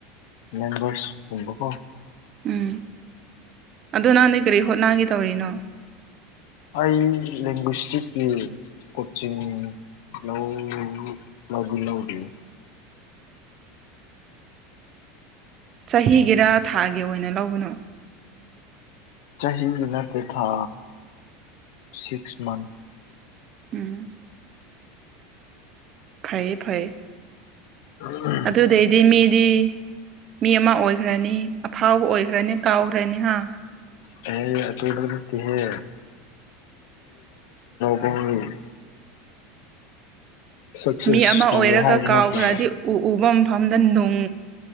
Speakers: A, on the left; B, on the right.
A: ꯃꯦꯝꯕꯔꯁ ꯀꯨꯝꯕꯀꯣ
B: ꯎꯝ ꯑꯗꯨ ꯅꯍꯥꯟꯗꯩꯪ ꯀꯔꯤ ꯍꯣꯠꯅꯥꯒꯦ ꯇꯧꯔꯤꯅꯣ
A: ꯑꯩ ꯂꯤꯡꯒꯨꯁꯇꯤꯛꯀꯤ ꯀꯣꯆꯤꯡ ꯂꯧ ꯂꯧꯗꯤ ꯂꯧꯗꯔꯤ
B: ꯆꯍꯤꯒꯤꯔ ꯊꯥꯒꯤ ꯑꯣꯏꯅ ꯂꯧꯕꯅꯣ
A: ꯆꯍꯤꯒꯤ ꯅꯠꯇꯦ ꯊꯥ ꯁꯤꯛꯁ ꯃꯟꯊ
B: ꯎꯝ ꯐꯩꯌꯦ ꯐꯩꯌꯦ
A: <unintelligible>
B: ꯑꯗꯨꯗꯩꯗꯤ ꯃꯤꯗꯤ ꯃꯤ ꯑꯃ ꯑꯣꯏꯈ꯭ꯔꯅꯤ ꯑꯐꯥꯎꯕ ꯑꯣꯏꯈ꯭ꯔꯅꯤ ꯀꯥꯎꯒ꯭ꯔꯅꯤ ꯍꯥ
A: ꯍꯦ ꯑꯗꯨꯗꯣ ꯅꯠꯇꯦꯍꯦ <unintelligible> ꯁꯛꯁꯦꯁ
B: ꯃꯤ ꯑꯃ
A: ꯇꯧꯋꯦ
B: ꯑꯣꯏꯔꯒ
A: ꯍꯥꯏꯕ
B: ꯀꯥꯎꯈ꯭ꯔꯗꯤ
A: ꯅꯠꯇꯦꯅꯦ
B: ꯎ ꯎꯕ ꯃꯐꯝꯗ ꯅꯨꯡ